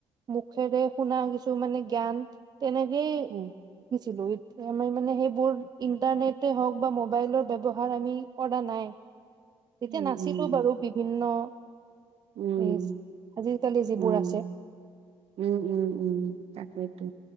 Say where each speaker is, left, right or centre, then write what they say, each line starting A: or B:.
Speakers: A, on the right (about 40°); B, on the right (about 70°).
A: মুখেৰে শুনা কিছুমানে জ্ঞান তেনেকেই
B: উম,
A: শিকিছিলোঁ ইত, আমাই মানে সেইবোৰ ইন্টাৰনেটে হওক বা মোবাইলৰ ব্যৱহাৰ আমি কৰা নাই। তেতিয়া
B: উম,
A: নাছিলো
B: উম,
A: বাৰু বিভিন্ন
B: উম,
A: এছ, আজিকালি যিবোৰ
B: উম,
A: আছে।
B: উম, উম, উম, তাকেটো।